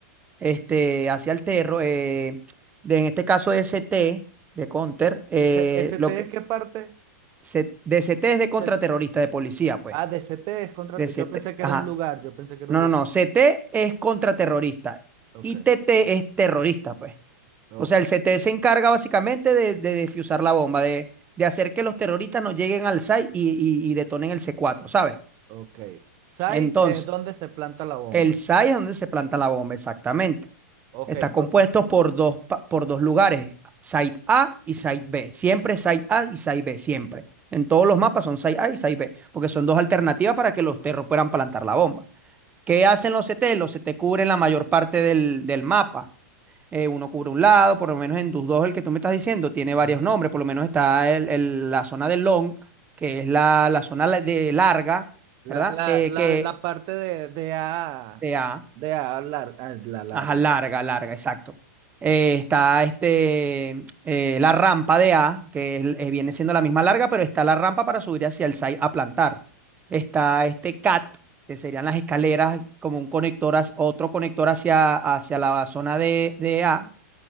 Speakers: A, on the right (about 15°); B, on the right (about 40°).
A: este, hacia el terror, eh, de, en este caso ST de Counter, eh,
B: Ese, ese
A: lo
B: T es qué parte?
A: C- de CT es de contraterrorista,
B: Se-
A: de policía, pues.
B: Ah, de C T es contra.
A: De CT,
B: Yo pensé que
A: ajá.
B: era un lugar, yo pensé que era
A: No,
B: un lugar.
A: no, no. CT es contraterrorista
B: Ok,
A: y TT es terrorista, pues.
B: ok,
A: O sea, el CT se encarga básicamente de, de defusar la bomba, de, de hacer que los terroristas no lleguen al SAI y, y- y detonen el c cuatro ¿sabes?
B: ok. Sai
A: Entonces,
B: es donde se planta la bomba.
A: el SAI es donde se planta la bomba, exactamente.
B: Ok,
A: Está compuesto
B: por-
A: por dos, pa- por dos lugares, Site A y Site B. Siempre Site A y Site B, siempre. En todos los mapas son Site A y Site B, porque son dos alternativas para que los terros puedan plantar la bomba. ¿Qué hacen los CT? Los CT cubren la mayor parte del, del mapa. Eh, uno cubre un lado, por lo menos en tus dos, el que tú me estás diciendo, tiene
B: ajá.
A: varios nombres. Por lo menos está el- el- la zona del long, que es la, la zona la- de larga, ¿verdad?
B: La, la,
A: Eh,
B: la,
A: que
B: la parte de, de A,
A: de A.
B: de A lar- a la larga
A: Ajá, larga,
B: ya.
A: larga, exacto. Eh, está este, eh, la rampa de A, que es- eh, viene siendo la misma larga, pero está la rampa para subir hacia el site a plantar. Está este CAT, que serían las escaleras como un conector, hacia- otro conector hacia, hacia la zona de, de A.